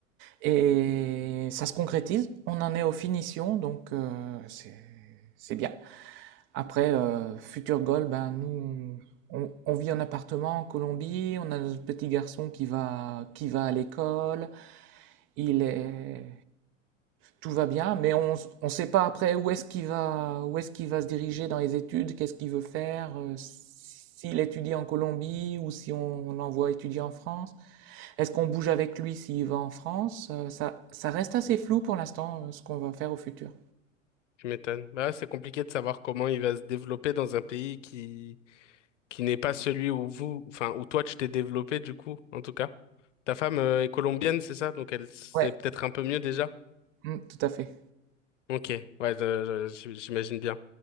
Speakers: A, on the right; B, on the left.
A: Et ça se concrétise, on en est aux finitions, donc euh, c'est, c'est bien. Après, euh, futur goal, ben, nous, on, on vit en appartement en Colombie, on a notre petit garçon qui va, qui va à l'école, il est, tout va bien, mais on ne sait pas après où est-ce qu'il va, où est-ce qu'il va se diriger dans les études, qu'est-ce qu'il veut faire, euh, s'il étudie en Colombie ou si on, on l'envoie étudier en France. Est-ce qu'on bouge avec lui s'il va en France Euh, ça, ça reste assez flou pour l'instant, euh, ce qu'on va faire au futur.
B: Tu m'étonnes. Bah, ouais, c'est compliqué de savoir comment il va se développer dans un pays qui qui n'est pas celui où vous, enfin, où toi tu t'es développé du coup, en tout cas. Ta femme euh, est colombienne, c'est ça? Donc elle sait
A: Ouais,
B: peut-être un peu mieux déjà.
A: mm, tout à fait.
B: Ok, ouais, je- je- j'imagine bien.